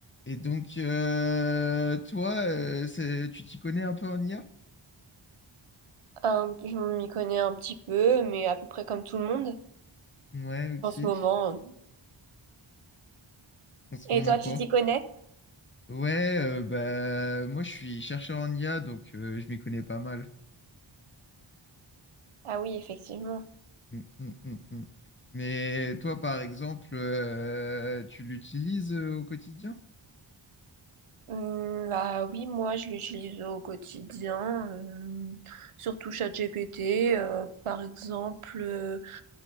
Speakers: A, on the left (about 25°); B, on the right (about 85°).
A: Et donc, euh, toi, euh, c'est- tu t'y connais un peu en IA?
B: Euh, je m'y connais un petit peu, mais à peu près comme tout le monde
A: Ouais, ok.
B: en ce moment.
A: En ce
B: Et
A: moment,
B: toi,
A: quoi?
B: tu t'y connais?
A: Ouais, euh, bah, moi, je suis chercheur en IA, donc euh, je m'y connais pas mal.
B: Ah oui, effectivement.
A: Mm, mm, mm, mm. Mais toi, par exemple, euh, tu l'utilises euh, au quotidien?
B: Hum, bah oui, moi je l'utilise au quotidien, euh, surtout ChatGPT, euh, par exemple, euh,